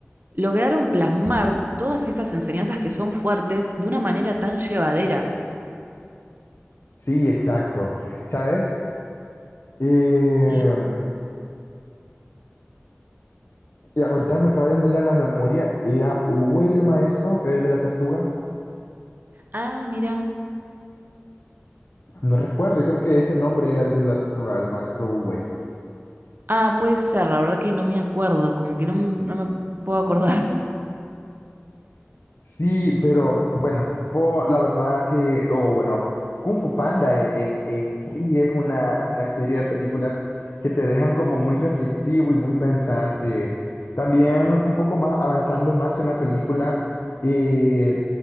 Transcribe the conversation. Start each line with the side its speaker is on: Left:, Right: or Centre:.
Right: lograron plasmar todas estas enseñanzas que son fuertes de una manera tan llevadera.
Left: Sí, exacto. ¿Sabes? Eh,
Right: Sí.
Left: y ahorita me acaba de venir a la memoria, era Uwey el maestro, el de la tortuga.
Right: Ah, mira.
Left: No recuerdo, yo creo que ese nombre era el de la tortuga, el maestro Uwey.
Right: Ah, puede ser, la verdad que no me acuerdo, como que no, m- no me puedo acordar.
Left: Sí, pero bueno, po- la verdad que, o bueno, Kung Fu Panda en, en- en sí es una, es una serie de películas que te dejan como muy reflexivo y muy pensante. También un poco más avanzando más en la película, eh,